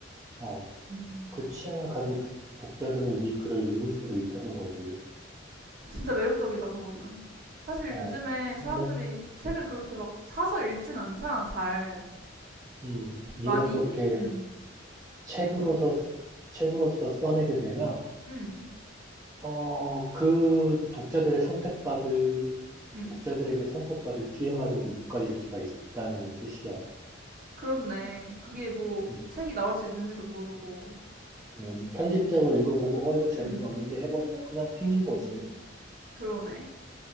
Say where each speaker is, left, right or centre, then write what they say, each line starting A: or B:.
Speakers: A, on the right (about 15°); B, on the right (about 50°).
A: 어,
B: 음.
A: 그 취향을 가진 족- 독자들은 네 글을 읽을 수도 있다는 거지.
B: 진짜 매력적이다, 그거는. 사실
A: 어,
B: 요즘에
A: 근데
B: 사람들이 책을 그렇게 막 사서 읽진 않잖아, 잘.
A: 음,
B: 많이?
A: 네가 그렇게
B: 응,
A: 책으로서 책으로서 써내게 되면
B: 응,
A: 어, 그 독자들의 선택받을
B: 응.
A: 독자들에게 선택받을 기회마저도 못 가질 수가 있다는 뜻이야.
B: 그렇네. 그게 뭐
A: 음.
B: 책이 나올 수 있는지도 모르고.
A: 음, 편집작을 읽어보고 어 이거 재미없는데
B: 응,
A: 해버리면 그냥 팽인 거지.
B: 그러네.